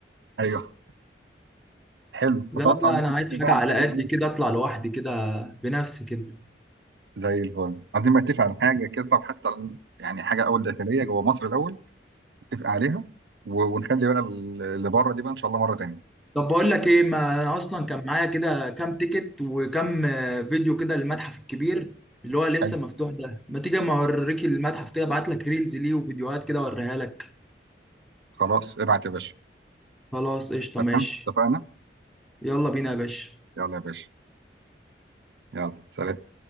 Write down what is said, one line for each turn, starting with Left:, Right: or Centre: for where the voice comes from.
Right: ايوه حلو
Centre: لا
Right: فخلاص
Centre: لا
Right: عاوزين
Centre: انا
Right: نتفق
Centre: عايز حاجة
Right: بقى على
Centre: على
Right: حاجه
Centre: قد كده اطلع لوحدي كده بنفسي كده
Right: زي الفل عايزين بقى نتفق على حاجه كده طب حتى ال- يعني حاجه اول داخليه جوه مصر الاول نتفق عليها و- ونخلي بقى ال- اللي بره دي بقى ان شاء الله مره تانيه
Centre: طب بقول لك ايه ما انا اصلا كان معايا كده كام تيكت وكام آه، فيديو كده للمتحف الكبير اللي هو لسه
Right: حلو
Centre: مفتوح ده ما تيجي اما اوريك المتحف كده ابعت لك ريلز ليه وفيديوهات كده اوريها لك
Right: خلاص ابعت يا باشا
Centre: خلاص قشطة
Right: تمام
Centre: ماشي
Right: اتفقنا
Centre: يلا بينا يا باشا
Right: يلا يا باشا يلا سلام